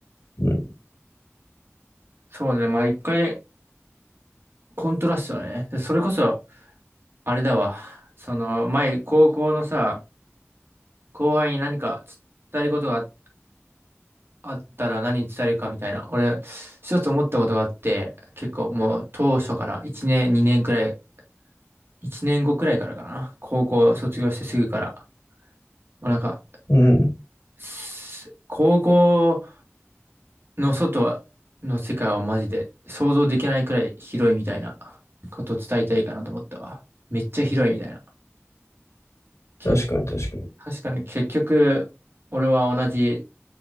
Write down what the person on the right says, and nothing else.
そうね。まあ一回、コントラストだね。で、それこそ、あれだわ。その、前、高校のさ、後輩に何か伝えることがあっあったら何伝えるかみたいな。俺、一つ思ったことがあって、結構もう当初から1年、2年くらい、1年後くらいからかな。高校卒業してすぐから。もうなんか、
す高校の外の世界はマジで想像できないくらい広いみたいなことを伝えたいかなと思ったわ。めっちゃ広いみたいな。け、
確かに結局、俺は同じ